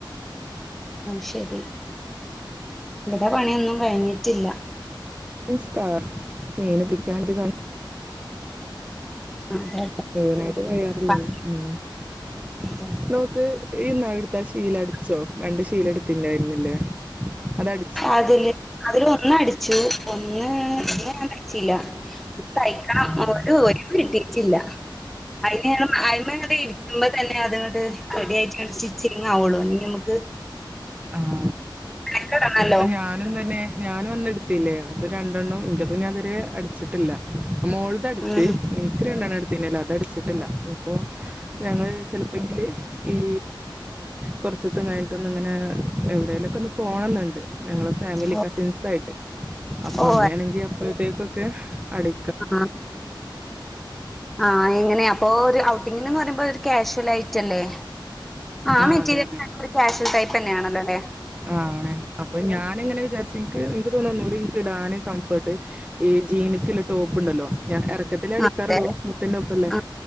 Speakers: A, in the centre; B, on the right.
A: അത്ശരി ഇവിടെ പണിയൊന്നും കഴിഞ്ഞിട്ടില്ല
B: നിസ്കാ നീനപ്പിച്ചാന്തികൊ
A: അതെ
B: മുഴുവനായിട്ട് കയ്യറില്ലല്ലോ
A: അതെ അതെ
B: ക്ക്‌ ഈ നാടുത്ത ആ ശീലടിച്ചോ രണ്ട് ശീല എടുത്തിണ്ടായിരുന്നില്ലേ അതട
A: അതില് അതില് ഒന്ന അടിച്ചു ഒന്ന്
B: ആഹ്
A: ഒ ഞ അടിച്ചില്ല തയ്ക്കണം
B: ആഹ്
A: ഒരു ഒഴികിട്ടിട്ടില്ല അതിന് അതി്മ ഇരിക്കുമ്പോ തന്നെ അത്ങ്ങട്ട് റെഡി ആയിട്ട് ഇങ്ങ് സ്റ്റിച്ചിങ് ആവുള്ളൂ അല്ലെങ്കി നമുക്ക്
B: ആഹ
A: മെനക്കെടണല്ലോ
B: അതിപ്പോ ഞാനും തന്നെ ഞാനും അന്നെടു ത്തില്ലേ അത് രണ്ടെണ്ണം ഇന്റത് ഞാതിരെ അടിച്ചിട്ടില്ല മോൾത് അടിച്ച്
A: ഉം
B: എനിക്ക് രണ്ടെണ്ണം ന്നല്ല അത അടിച്ചിട്ടില്ല അപ്പൊ ഞങ്ങൾ ചില പെന്തില് ഈ കുറച്ച് ദിവസം കഴിഞ്ഞിട്ടൊന്നിങ്ങനെ എവിടെേലൊക്കെ ഒന്ന് പോണംന്നുണ്ട് ഞങ്ങള് ഫാമിലി
A: ഓ
B: കസിൻസുവായിട്ട് അപ്പൊ
A: ഓ
B: അങ്ങനെയാണെങ്കി അപ്പഴ്തേക്കൊക്കെ അടി
A: ആ ആ എങ്ങനെയ അപ്പൊ ഒരു ഔട്ടിംഗിനെന്ന് പറയുമ്പോ ഒരു ക്യാഷ്വൽ ആയിറ്റല്ലേ ആ
B: ആഹ്
A: മെറ്റീരിയൽ
B: അതെ അതെ
A: ഫാബ്രിക് ക്യാഷ്വൽ ടൈപ്പ് തന്നെയാണല്ലോ അല്ലേ
B: ആണ് അപ്പൊ ഞാനങ്ങനെ വിചാരിച്ച് എനിക്ക് എനിക്ക് തോനുന്നൂ എനിക്ക് ഇടാന് കംഫർട്ട് ഈ ജീനക്ക്ലെ ടോപ്പ് ഉണ്ടല്ലോ ഞാൻ ഇറക്കത്തിലേ അടിക്കാറുള്ളൂ
A: ആ അതെ
B: ഒപ്പല്ലേ
A: ആ